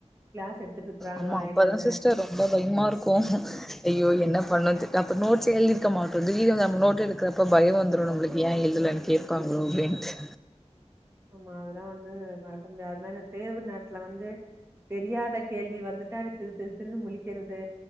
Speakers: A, on the right; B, in the centre.
A: கிளாஸ் எடுத்துட்டு இருக்கறாங்களா
B: ஆமா அப்பதா
A: என்னன்னு
B: சிஸ்டர் ரொம்ப பயமா இருக்கு
A: அது
B: ஐயோ என்ன பண்ணுத்து அப்போ நோட்ஸ்சே எழுதிருக்க மாட்டோ தீடீர்னு வந்து நம்ம நோட் எடுக்கிறப்ப பயம் வந்துரு நம்ளுக்கு ஏன் எழுதலனு கேப் பாங்லோ அப்டிண்ட்டு
A: ஆமா அதெல்லா வந்து மறக்க முடியாதனேத் தேர்வு நேரத்துல வந்து தெரியாத கேள்வி வந்துட்டாவே திரு திரு திருனு முழிக்கிறது